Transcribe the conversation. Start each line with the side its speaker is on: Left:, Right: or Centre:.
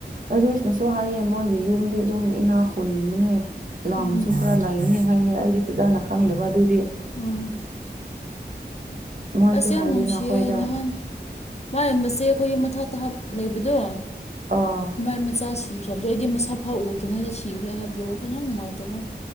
Right: ꯑꯔꯤꯁꯅꯁꯨ ꯍꯥꯏꯌꯦ ꯃꯣꯏꯒꯤ ꯌꯨꯝꯗꯤ ꯑꯗꯨꯝ ꯏꯅꯥ ꯍꯨꯟꯕꯅꯦ ꯂꯥꯝꯁꯨ
Left: ꯎꯝ
Right: ꯈꯔ ꯂꯩꯕꯅꯦ ꯍꯥꯏꯌꯦ ꯑꯩꯗꯤ ꯐꯖꯥꯅ ꯈꯪꯗꯕ ꯑꯗꯨꯏꯗꯤ
Left: ꯎ
Right: ꯃꯣꯏꯁꯨ
Left: ꯑꯁ ꯌꯥꯝ
Right: ꯍꯥꯏꯗꯦꯅ
Left: ꯅꯨꯡꯁꯤꯌꯦ
Right: ꯑꯩꯈꯣꯏꯗ
Left: ꯅꯍꯥꯟ ꯃꯥꯏꯕꯁꯦ ꯑꯩꯈꯣꯏꯒꯤ ꯃꯊꯥꯇ ꯍꯥꯞ ꯂꯩꯕꯗꯣ
Right: ꯑꯣ
Left: ꯃꯥꯏꯃꯆꯥꯁꯨ ꯄ꯭ꯔꯞꯗꯣ ꯑꯩꯗꯤ ꯃꯁꯥ ꯐꯥ ꯎꯗ꯭ꯔꯤꯉꯩꯗ ꯁꯤꯈ꯭ꯔꯦ ꯍꯥꯏꯕꯒꯤ ꯋꯥꯈꯜ ꯌꯥꯝ ꯅꯨꯡꯉꯥꯏꯇꯕ